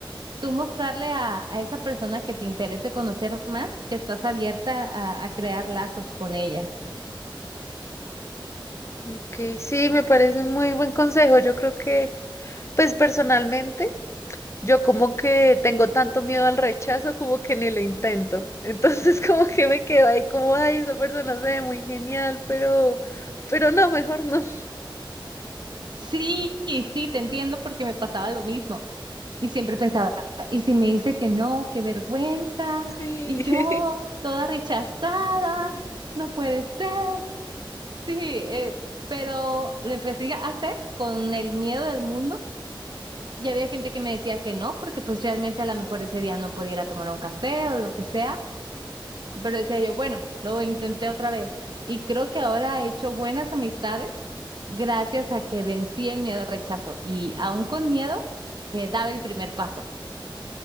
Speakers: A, on the right (about 60°); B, on the left (about 30°).
A: Tú mostrarle a, a esa persona que te interese conocer más, que estás abierta a, a crear lazos con ella.
B: ok, sí, me parece un muy buen consejo. Yo creo que, pues personalmente, Yo como que tengo tanto miedo al rechazo como que ni lo intento. Entonces <laughs> como que me quedo ahí como, ay, esa persona se ve muy genial, pero, pero no, mejor no.
A: Sí, sí, te entiendo porque me pasaba lo mismo. Y siempre pensaba, ¿y si me dice que no? ¡Qué vergüenza!
B: Sí.
A: Y yo,
B: <laughs>
A: toda rechazada, no puede ser. Sí, eh, pero lo empecé a hacer con el miedo del mundo. Y había gente que me decía que no, porque pues realmente a lo mejor ese día no pudiera tomar un café o lo que sea. Pero decía yo, bueno, lo intenté otra vez. Y creo que ahora he hecho buenas amistades gracias a que vencí el miedo al rechazo. Y aún con miedo, eh, daba el primer paso.